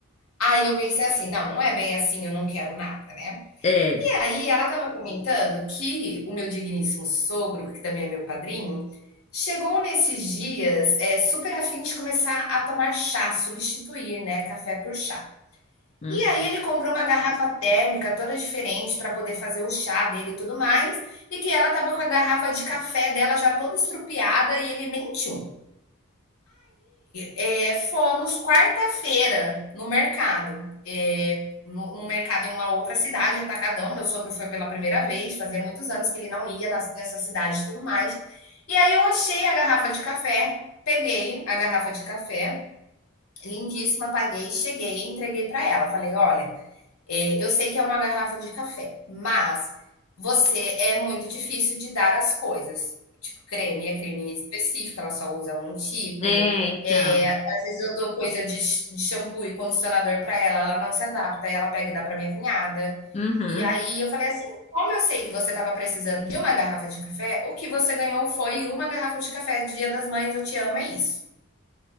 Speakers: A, on the left (about 90°); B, on the left (about 30°).
A: Aí eu pensei assim: "Não, não é bem assim, eu não quero nada, né".
B: É,
A: E aí ela estava comentando que o meu digníssimo sogro, que também é meu padrinho, chegou nesses dias, eh, super afim de começar a tomar chá, substituir, né, café por chá.
B: uhum.
A: E aí ele comprou uma garrafa térmica toda diferente para poder fazer o chá dele e tudo mais, e que ela estava com a garrafa de café dela já toda estrupiada e ele nem tchum é, fomos quarta-feira no mercado. É, no, no, mercado em uma outra cidade, Atacadão. Meu sogro foi pela primeira vez, fazia muitos anos que ele não ia na, nessa cidade e tudo mais. E aí eu achei a garrafa de café, peguei a garrafa de café, lindíssima, paguei, cheguei, entreguei para ela. Falei: olha, é, eu sei que é uma garrafa de café, mas você é muito difícil de dar as coisas. Tipo, creme é creme específico, ela só usa um tipo.
B: é, então.
A: É, às vezes eu dou coisa de, sh- de shampoo e condicionador para ela, ela não se adapta, ela pega e dá para minha cunhada.
B: Uhum.
A: E aí eu falei assim: como eu sei que você estava precisando de uma garrafa de café, o que você ganhou foi uma garrafa de café de Dia das Mães, eu te amo, é isso.